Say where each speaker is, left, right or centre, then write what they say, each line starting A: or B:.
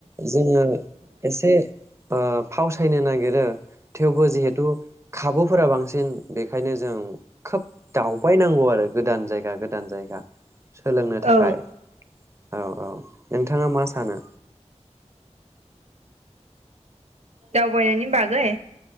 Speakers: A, on the right; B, on the right.
A: जोङो एसे आ फावसायनो नागिरो थेवबो जिहेथु खाबुफोरा बांसिन बेखायनो जों खोब दावबायनांगौ आरो गोदान जायगा गोदान जायगा सोलोंनो थाखाय
B: औ
A: औ औ नोंथाङा मा सानो
B: दावबायनायनि बागै